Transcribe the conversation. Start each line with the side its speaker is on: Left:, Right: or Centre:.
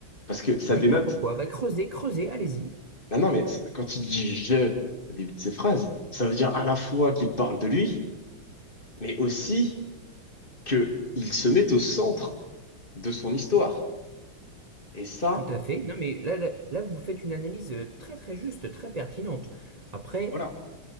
Left: parce que ça
Right: Dites-moi
Left: dénote.
Right: pourquoi. Bah, creusez, creusez, allez-y.
Left: Bah non, mais c- quand il dit je au début de ses phrases, ça veut dire à la fois qu'il parle de lui, mais aussi que il se met au centre de son histoire. Et ça,
Right: Tout à fait. Non, mais là, là, là, vous faites une analyse euh, très, très juste, très pertinente. Après,
Left: Voilà.